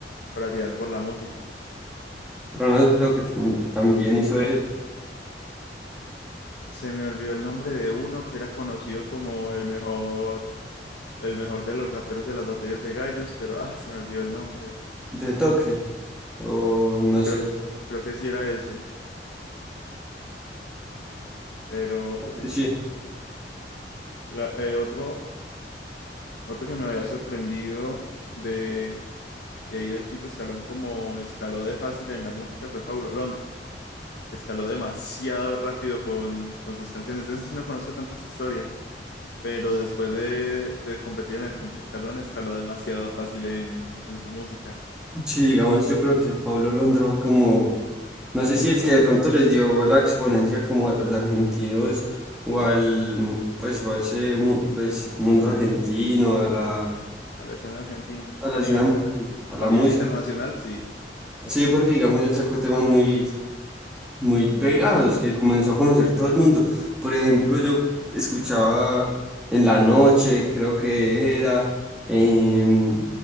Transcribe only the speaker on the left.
para tirar por la música.
Se me olvidó el nombre de uno que era conocido como el mejor, el mejor de los raperos de las batallas de gallos, pero ah, se me olvidó el nombre.
Creo,
creo que sí era ese. Pero
uf,
la- eh, otro, otro que me había sorprendido de, de ahí del quinto escalón como escaló de fácil en la música fue Paulo Londra, que escaló demasiado rápido con, con sus canciones. De ese sí no conozco tanto su historia. pero después de, de competir en el quinto escalón, escaló demasiado fácil en, en su música,
a la escena argentina.
A
nivel,
a
nivel
internacional, sí.